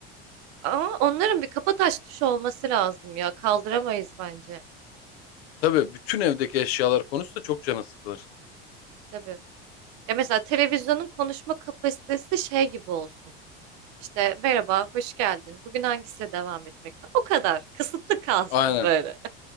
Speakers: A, on the right (about 65°); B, on the left (about 85°).
A: Ama onların bir kapataş tuşu olması lazım ya. Kaldıramayız bence.
B: Tabii bütün evdeki eşyalar konusu da çok canı sıkılır.
A: Tabii. Ya mesela televizyonun konuşma kapasitesi şey gibi olsun. İşte merhaba, hoş geldin. Bugün hangisiyle devam etmek falan. O kadar. Kısıtlı kalsın
B: Aynen
A: böyle.